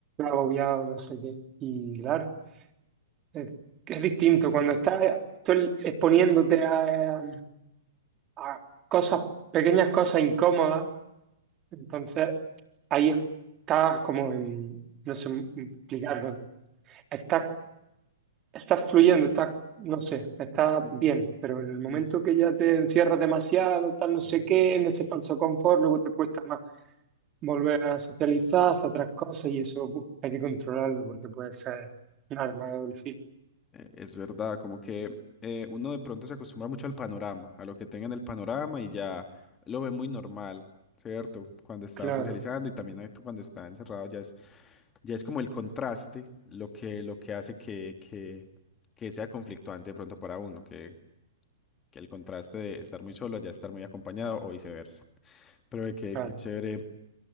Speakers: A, on the right (about 30°); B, on the left (about 20°).
A: agobiado, no sé qué. Y claro, es, es distinto cuando estás tú exponiéndote a, a cosas, pequeñas cosas incómodas, entonces ahí estás como en, no sé explicarlo, estás está fluyendo, está, no sé, está
B: Sí,
A: bien, pero en el momento
B: sí.
A: que ya te encierras demasiado, tal, no sé
B: Mm.
A: qué, en ese falso confort, luego te cuesta más volver a socializar, hacer otras cosas y eso pues, hay que controlarlo porque puede ser un arma de doble filo.
B: Eh, Es verdad, como que eh, uno de pronto se acostumbra mucho al panorama, a lo que tenga en el panorama y ya lo ve muy normal, ¿cierto? Cuando está
A: Claro,
B: socializando y también eh, cuando está encerrado ya es, ya es como el contraste lo que, lo que hace que, que, que sea conflictuante de pronto para uno, que, que el contraste de estar muy solo ya estar muy acompañado o viceversa. Pero eh, qué,
A: claro.
B: qué chévere